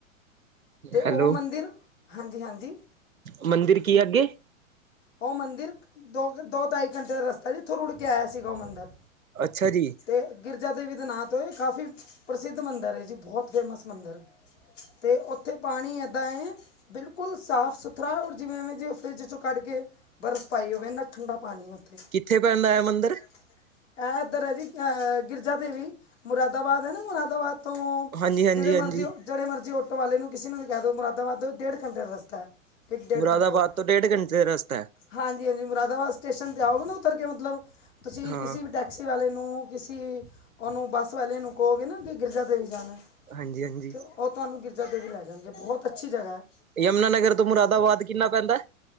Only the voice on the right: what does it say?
ਹੈਲੋ
ਮੰਦਿਰ ਕੀ ਅੱਗੇ
ਅੱਛਾ ਜੀ।
ਕਿੱਥੇ ਪੈਂਦਾ ਐ ਮੰਦਰ
ਹਾਂਜੀ ਹਾਂਜੀ
ਹਾਂਜੀ
ਮੁਰਾਦਾਬਾਦ
ਤੋਂ ਡੇਢ ਘੰਟੇ ਦਾ ਰਸਤਾ ਹੈ
ਹਾਂ
ਹਾਂਜੀ, ਹਾਂਜੀ
ਯਮੁਨਾ ਨਗਰ ਤੋਂ ਮੁਰਾਦਾਬਾਦ ਕਿਨਾ ਪੈਂਦਾ।